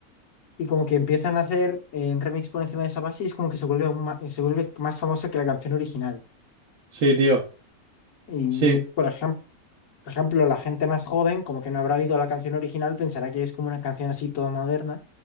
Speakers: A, on the left (about 60°); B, on the right (about 65°).
A: y como que empiezan a hacer eh, un remix por encima de esa base y es como que se vuelve aún ma- se vuelve más famosa que la canción original.
B: Sí, tío.
A: Y
B: Sí,
A: por ejemplo, por ejemplo, la gente más joven, como que no habrá oído la canción original, pensará que es como una canción así toda moderna.